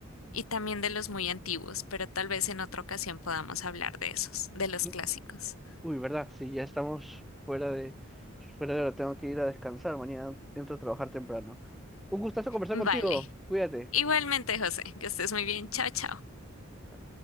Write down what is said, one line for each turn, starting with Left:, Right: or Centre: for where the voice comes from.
Left: Y también de los muy antiguos, pero tal vez en otra ocasión podamos hablar de esos, de los
Centre: Mm,
Left: clásicos.
Centre: Uy, ¿verdad? Sí, ya estamos fuera de, fuera de hora, tengo que ir a descansar, mañana entro a trabajar temprano. Un gustazo conversar
Left: Vale.
Centre: contigo, cuídate.
Left: Igualmente, José, que estés muy bien. Chao, chao.
Centre: Bye.